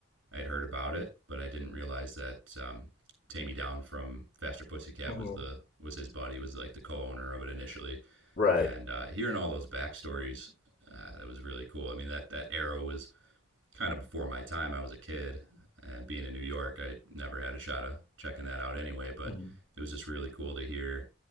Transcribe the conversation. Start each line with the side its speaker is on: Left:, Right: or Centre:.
Right: I had heard about it, but I didn't realize that um, Tammy Down from Faster Pussycat
Left: Mm-hmm.
Right: was the was his buddy, was like the co-owner of it initially.
Left: Right.
Right: And uh, hearing all those backstories, uh, that was really cool. I mean, that that era was kind of before my time. I was a kid, and being in New York, I never had a shot of checking that out anyway. But
Left: Mm-hmm.
Right: it was just really cool to hear